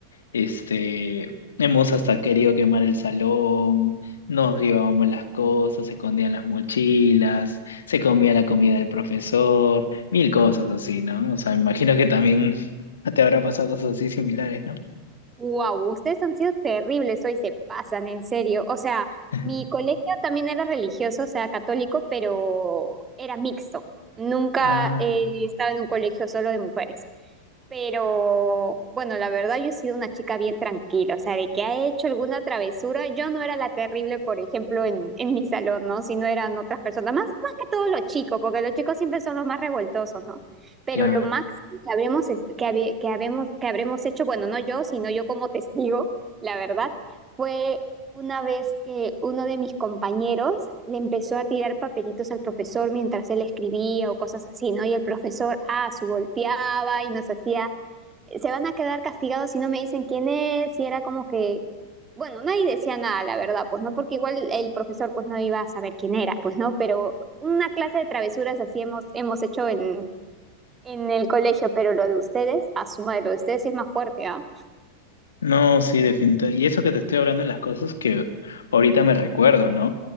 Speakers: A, on the left; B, on the right.
A: Este, hemos hasta querido quemar el salón, nos llevábamos las cosas, se escondían las mochilas, se comía la comida del profesor, mil cosas así, ¿no? O sea, me imagino que también <laughs> te habrá pasado cosas así similares, ¿no?
B: Wow, ustedes han sido terribles hoy, se pasan, en serio. O sea,
A: <laughs>
B: mi colegio también era religioso, o sea, católico, pero era mixto. Nunca
A: Ah,
B: he estado en un colegio solo de mujeres. Pero bueno, la verdad yo he sido una chica bien tranquila, o sea, de que ha hecho alguna travesura, yo no era la terrible, por ejemplo, en, en mi salón, ¿no? Sino eran otras personas, más, más que todos los chicos, porque los chicos siempre son los más revoltosos, ¿no? pero
A: claro.
B: lo máximo que habremos, es- que, habe- que, habemos- que habremos hecho, bueno, no yo, sino yo como testigo, la verdad, fue una vez que uno de mis compañeros le empezó a tirar papelitos al profesor mientras él escribía o cosas así, ¿no? Y el profesor, ah, su volteaba y nos hacía, se van a quedar castigados si no me dicen quién es, y era como que... Bueno, nadie decía nada, la verdad, pues no, porque igual el profesor pues no iba a saber quién era, pues no, pero una clase de travesuras así hemos, hemos hecho en, en el colegio, pero lo de ustedes, asuma de lo de ustedes sí es más fuerte, ¿ah?
A: No, sí, definitivamente. Y eso que te estoy hablando de las cosas que ahorita me recuerdo, ¿no?